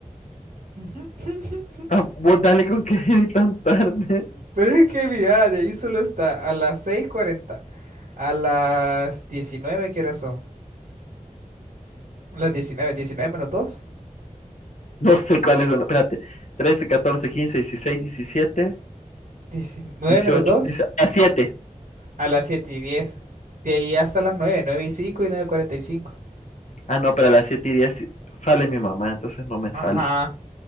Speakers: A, on the right; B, on the left.
A: Ujú. <laughs>
B: Ah, vos dale con que ir tan tarde.
A: Pero es que mira, de ahí solo está a las seis y cuarenta a las diecinueve ¿qué horas son? Las diecinueve diecinueve menos dos
B: No sé cuáles son. Espérate. trece catorce quince dieciséis diecisiete
A: diecinueve
B: dieciocho
A: menos dos
B: 17. A siete
A: a las siete y diez De ahí hasta las nueve 9 y 5 y nueve y cuarenta y cinco
B: Ah, no, pero a las 7 y 10 sale mi mamá, entonces no me
A: Ajá.
B: sale.